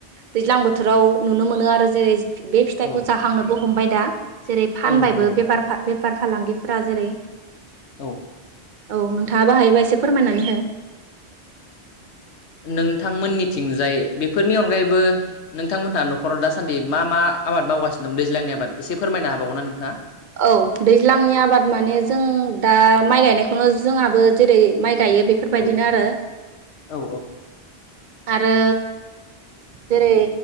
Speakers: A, on the right (about 50°); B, on the left (about 85°).
A: दैज्लां बोथोराव नुनो नुनो मोनो आरो जेरै बे फिथाइखौ
B: औ
A: जाहांनोबो हमबाय दा। जेरै फानबायबो
B: औ नंगौ
A: बेफार फा बेफार फालांगिफोरा जेरै
B: औ।
A: औ नोंथाङाबो हायोबा एसे फोरमायनानै हो।
B: नोंथांमोननिथिंजाय बेफोरनि अनगायैबो नोंथांमोनहा न'खराव दासान्दि मा मा आबाद मावगासिनो दं दैज्लांनि आबाद एसे फोरमायना हाबावगोना नोंथाङा?
A: औ दैज्लांनि आबाद माने जों दा माइ गायनायखौनो जोंहाबो जेरै माइ गायो बेफोरबायदिनो
B: औ
A: आरो
B: औ
A: आरो जेरै